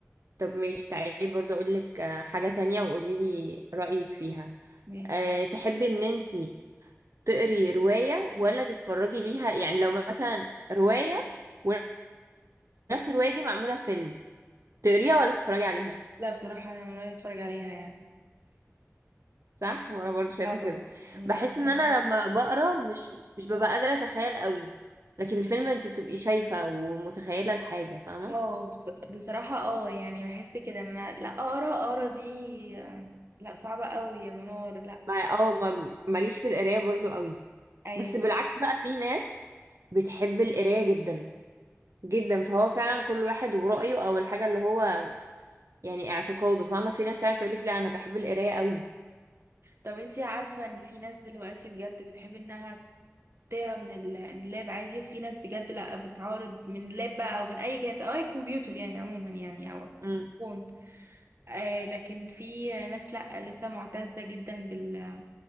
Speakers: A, on the right; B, on the right.
A: طب مش تعالي برضه اقول لك آه، حاجة تانية وقولي لي رأيك فيها
B: ماشي
A: أه تحبي ان انتي تقري رواية ولا تتفرجي ليها يعني لو مثلا رواية ونفس الرواية دي معمولة فيلم تقريها ولا تتفرجي عليها
B: لا بصراحة انا من رأيي اتفرج عليها يعني
A: صح وانا برضو شايفه
B: <laughs> اه
A: كده
B: يعني
A: بحس ان
B: اتفضل.
A: انا لما بقرا مش مش ببقى قادره اتخيل قوي لكن الفيلم انت بتبقي شايفه ومتخيله الحاجه فاهمه
B: اه بص- بصراحة اه يعني بحس كده ان انا لا اقرا اقرا دي آه، لا صعبة قوي يا منور لا
A: ما اه ما- ماليش في القرايه برضو قوي
B: ايوه
A: بس بالعكس بقى في ناس بتحب القرايه جدا جدا فهو فعلا كل واحد ورأيه او الحاجه اللي هو يعني اعتقاده فاهمه في ناس فعلا تقولك لا انا بحب القرايه قوي
B: طب انتي عارفة ان في ناس دلوقتي بجد بتحب انها تقرا من ال- من اللاب عادي وفي ناس بجد لا بتعارض من اللاب بقى او من اي جهاز او اي كمبيوتر يعني عموما يعني او
A: امم
B: تكون آه لكن في ناس لا لسه معتزة جدا بال